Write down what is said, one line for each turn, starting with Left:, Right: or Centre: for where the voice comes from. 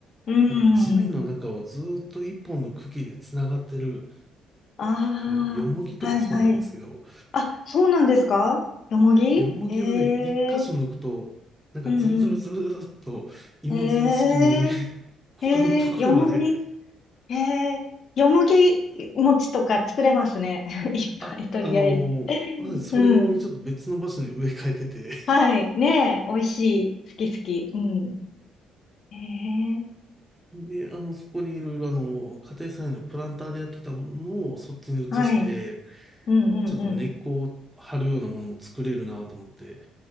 Left: うー
Centre: なんか地面の中をずーっと一本の茎で繋がってる、
Left: ん。ああ、
Centre: あの、ヨモギとかそうなんですけど、
Left: はいはい。あ、そうなんですかよもぎへえ、
Centre: ヨモギはね、一箇所抜くと、なんかズルズルズルズルっと芋づる式に
Left: うんうん。へ
Centre: <laughs>
Left: え、
Centre: 他のところまで
Left: へえ、よもぎへえ、よもぎ餅とか作れますね。<laughs> いっぱい、
Centre: あ、
Left: とりあえず。
Centre: あのーまずそれ用にちょっと別の場所に植え替えてて
Left: うん。はい。ねえ、美味しい。好き好き。うん。へえ、
Centre: で、あの、そこにいろいろあの、家庭菜園のプランターでやってたものをそっちに移して、
Left: はい。うんうん
Centre: ちょっと根っこを張るようなものも作れるなと思って、